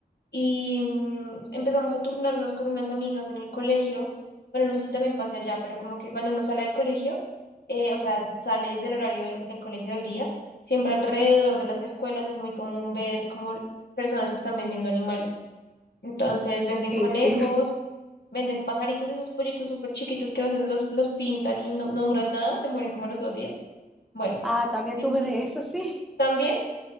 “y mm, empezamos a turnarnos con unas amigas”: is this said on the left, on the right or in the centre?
Left